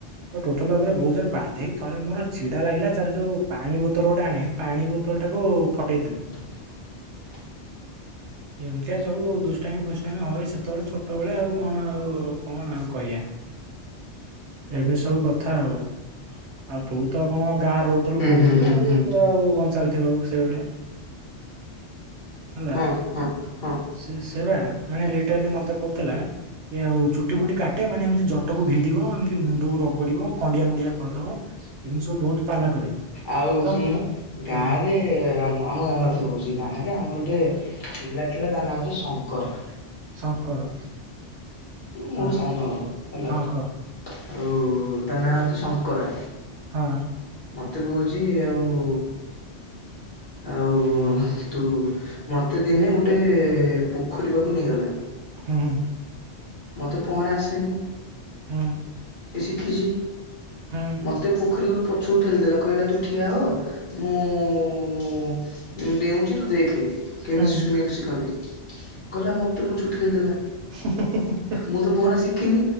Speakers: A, on the right; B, on the left.
A: ତ ଟୋଟାଲ ଉପରେ ବହୁତ ଜୋରେ ବାଧେଇ ଥରେ ମୋର ଛିଡା ଲାଗିଲା ତାର ଯୋଉ ପାଣି ବୋତଲ ଗୋଟେ ଆଣେ ପାଣି ବୋତଲ ଟାକୁ ଫଟେଇଦେଲି।
B: <inaudible>
A: ଏମିତିଆ ସବୁ ଦୁଷ୍ଟାମି ଫୁଷ୍ଟାମି ହଏ ସେତେବେଳେ ଛୋଟବେଳେ ଆଉ। କଣ ଆଉ କଣ ଆଉ କହିବା। ଏମିତି ସବୁ କଥା ଆଉ ଆଉ ତୁ ତ କଣ ଗାଁରେ ର ଥିଲୁ କହୁଥିଲୁ
B: ହୁଁ ହୁଁ
A: ଆଉ
B: ହୁଁ
A: ତ ଆଉ କଣ ଚାଲିଥିବ ଆଉ ସେଇଭଳିଆ। ହେଲା
B: ହଁ ହଁ ହଁ
A: ସେ ସେବା ମାନେ ଲିଟରାଲି ମତେ କହୁଥିଲା ଏ ଆଉ ଚୁଟି ଫୁଟି କାଟେ ମାନେ ଏମିତି ଜଟକୁ ଭିଡିବ ଏମିତି ମୁଣ୍ଡକୁ ରଗଡିବ ଖଣ୍ଡିଆ ମୁଣ୍ଡିଆ କରିଦବ। ଏମିତି ସବୁ ବହୁତ ପାଲା କରିବି
B: ଆଉ
A: ତ
B: ଶୁଣନ
A: ହଁ
B: ଗାଁରେ ରେ ଆମ ଗାଁ କଥା କହୁଛି ଗାଁରେ ଆମର ଗୋଟେ ପିଲା ଥିଲା ତା ନାଁ ହେଉଛି ଶଙ୍କରା
A: ଶଙ୍କର।
B: ମୋ
A: ହଁ
B: ଠୁ ସାନ ହବ ହେଲା
A: ହଁ କହ
B: ଆଉ ତା ନାଁ ହଉଛି ଶଙ୍କରା।
A: ହଁ।
B: ମତେ କହୁଛି ଆଉ ଆଉ ତୁ ମତେ ଦିନେ ଗୋଟେ ପୋଖରୀ ପାକୁ ନେଇଗଲା
A: ହୁଁ ହୁଁ।
B: ମତେ ପହଁରା ଆସେନି।
A: ହୁଁ।
B: ସିଏ ଶିଖିଛି।
A: ହୁଁ।
B: ମୋତେ ପୋଖରୀର ପଛକୁ ଠେଲିଦେଲା କହିଲା ତୁ ଠିଆ ହୋ ମୁଁ ଡେଉଁଛି ତୁ ଦେଖେ କେମିତି
A: ହୁଁ
B: ସୁଇମିଙ୍ଗ ଶିଖନ୍ତି, କହିଲା ମୋତେ ପଛକୁ ଠେଲିଦେଲା।
A: <unintelligible>
B: ମୁଁ ତ ପହଁରା ଶିଖିନି